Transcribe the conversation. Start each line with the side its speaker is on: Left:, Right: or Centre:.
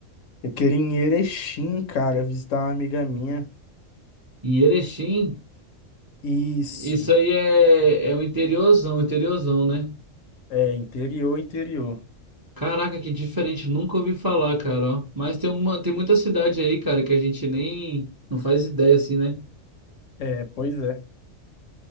Left: Eu queria ir em Erechim, cara, visitar uma amiga minha.
Right: Em Erechim,
Left: Isso.
Right: isso aí é, é um interiorzão, interiorzão, né?
Left: é, interior, interior.
Right: Caraca, que diferente, nunca ouvi falar, cara, ó. Mas tem uma, tem muita cidade aí, cara, que a gente nem não faz ideia assim, né?
Left: É, pois é.